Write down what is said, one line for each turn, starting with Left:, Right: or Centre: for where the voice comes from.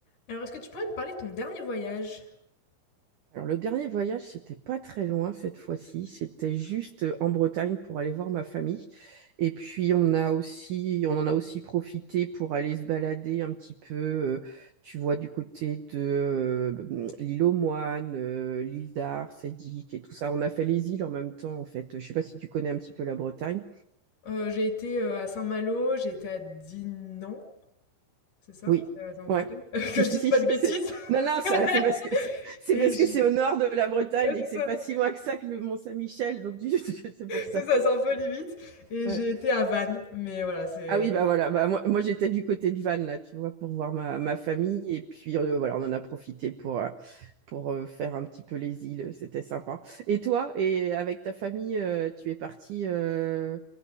Left: Alors, est-ce que tu pourrais me parler de ton dernier voyage?
Right: Alors, le dernier voyage, c'était pas très loin cette fois-ci. C'était juste euh, en Bretagne pour aller voir ma famille. Et puis, on a aussi, on en a aussi profité pour aller se balader un petit peu, euh, tu vois, du côté de euh, l'île aux Moines, euh, l'île d'Ars, Sédic et tout ça. On a fait les îles en même temps, en fait. Je sais pas si tu connais un petit peu la Bretagne.
Left: Euh, j'ai été euh, à Saint-Malo, j'ai été à Dinan, c'est ça?
Right: Oui,
Left: C'est euh, c'est en
Right: ouais.
Left: Bretagne? <laughs>
Right: Si,
Left: Que je
Right: si,
Left: dise
Right: si,
Left: pas
Right: si,
Left: de bêtises.
Right: c'est- Non, non, ça,
Left: <laughs>
Right: c'est parce que c'est
Left: Et
Right: parce
Left: je-
Right: que c'est au nord de la Bretagne
Left: ouais,
Right: et
Left: c'est
Right: que c'est
Left: ça,
Right: pas si loin que ça que le Mont-Saint-Michel, donc <laughs> c'est pour ça.
Left: c'est ça, c'est un peu limite. Et
Right: Ouais.
Left: j'ai été à Vannes, mais voilà, c'est
Right: Ah oui, bah voilà, bah moi, moi, j'étais du côté de Vannes, là, tu vois, pour voir ma, ma famille. Et puis euh, voilà, on en a profité pour, euh, pour euh, faire un petit peu les îles, c'était sympa. Et toi, et avec ta famille, euh, tu es parti euh,